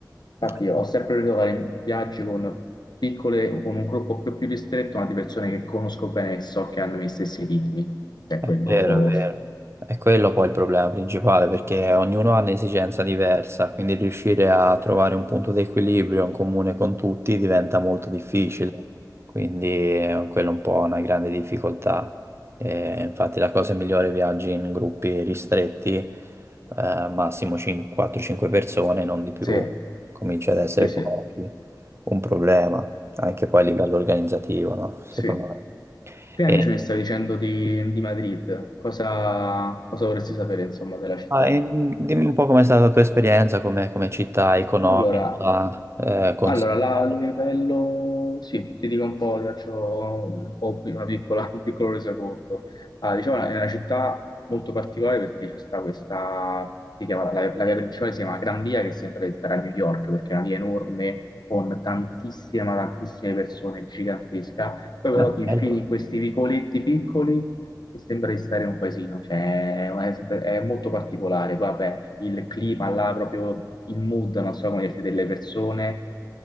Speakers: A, on the left; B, on the right.
A: Infatti
B: eh.
A: ho sempre voluto fare viaggi con piccole, con un gruppo più, più ristretto, ma di persone che conosco bene e so che hanno gli stessi ritmi. Cioè,
B: È
A: quello...
B: vero, è vero. È quello poi il problema principale, perché ognuno ha un'esigenza diversa, quindi riuscire a trovare un punto di equilibrio in comune con tutti diventa molto difficile. Quindi eh, quello è un po' una grande difficoltà. E infatti la cosa migliore è viaggi in gruppi ristretti, eh, massimo 5 4-5 persone, non di più.
A: Sì,
B: Comincia ad essere
A: sì, sì,
B: poi un problema, anche poi a livello organizzativo, no? Secondo
A: sì.
B: me.
A: Prima
B: E-
A: invece mi stavi dicendo di, di Madrid. Cosa, cosa vorresti sapere, insomma, della città?
B: Ah, e mm, dimmi un po' com'è stata la tua esperienza come, come città economica,
A: Allora,
B: eh, consigliata.
A: Allora, la- il livello, sì, ti dico un po', ti faccio un po' una piccola- un piccolo resoconto. Ah, diciamo, è una città molto particolare perché ci sta questa, si chiama- la, la via principale si chiama Gran Via, che sembra di stare a New York, perché è una via enorme, con tantissime, ma tantissime persone, gigantesca. Poi però
B: Eh,
A: ti infili
B: ecco,
A: in questi vicoletti piccoli e sembra di stare in un paesino, cioè è, è molto particolare. Vabbè, il clima là, proprio il mood, non so come dirti, delle persone